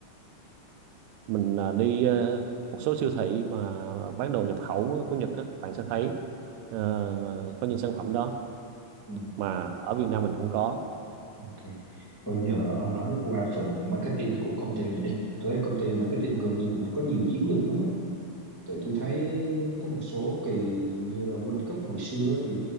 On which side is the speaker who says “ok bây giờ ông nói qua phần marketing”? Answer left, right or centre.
Left